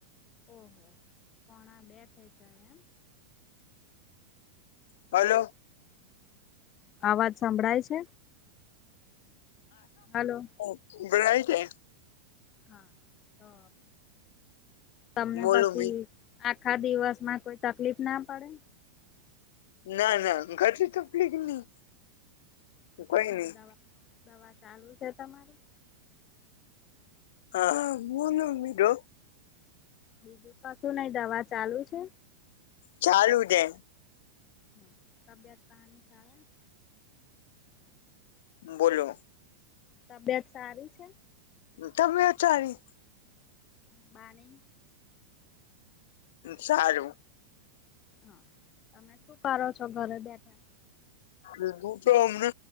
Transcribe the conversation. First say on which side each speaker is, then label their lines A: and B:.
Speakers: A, on the left; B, on the left.
A: ઓહો પોણા બે થઈ જાય એમ.
B: હલો.
A: આવાજ સંભળાય છે હલો.
B: હો હંભળાય છે.
A: હા તો તમને
B: બોલો
A: પછી
B: ભી
A: આખા દિવસમાં કોઈ તકલીફ ના પડે.
B: ના-ના ઘરથી નહી.
A: તો
B: કઈ
A: તમારી
B: નઈ
A: દવા દવા ચાલુ છે તમારી.
B: હા બોલો મિડો.
A: બીજું કશું નહી દવા ચાલુ છે.
B: ચાલુ છે.
A: હમ્મ તબિયત પાણી સારા ને.
B: બોલો.
A: તબિયત સારી છે.
B: હમ્મ તબિયત સારી.
A: બા ની?
B: સારું.
A: હા તમે શું કરો છો ઘરે બેઠા.
B: એ તું તો અમને